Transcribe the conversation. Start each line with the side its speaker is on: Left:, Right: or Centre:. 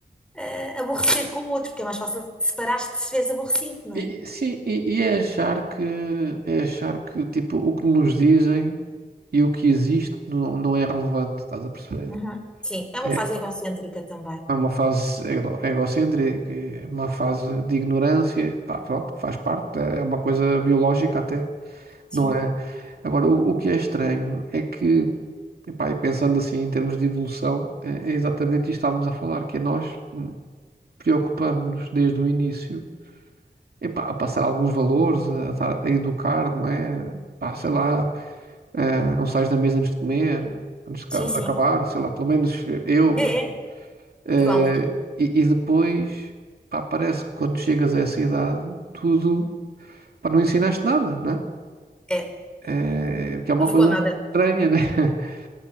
Centre: eh, aborrecer com o outro, porque é mais fácil separar-te se estiveres aborrecido, não
Right: E,
Centre: é?
Right: sim, e, e é achar que, é achar que, tipo, o que nos dizem e o que existe não, não é relevante, estás a perceber?
Centre: Uhum. Sim, é uma
Right: É,
Centre: fase egocêntrica também.
Right: É uma fase ego- egocêntrica, é uma fase de ignorância, pá, pronto, faz parte, é é uma coisa biológica até,
Centre: Sim.
Right: não é? Agora, o, o que é estranho é que, epá, e pensando assim em termos de evolução, é, é exatamente isto que estávamos a falar, que é nós preocupamos-nos desde o início, epá, a passar alguns valores, a, dar- a educar, não é? Pá, sei lá, eh, não sais da mesa antes de comer, antes de
Centre: Sim,
Right: ca-
Centre: sim.
Right: acabar, sei lá, pelo menos eu,
Centre: É, é.
Right: eh,
Centre: Igual aqui.
Right: e, e depois, pá, parece que quando chegas a essa idade, tudo, pá, não ensinaste nada, não é?
Centre: É.
Right: Eh, que é uma
Centre: Não ficou
Right: coisa
Centre: nada
Right: estranha, né? <laughs>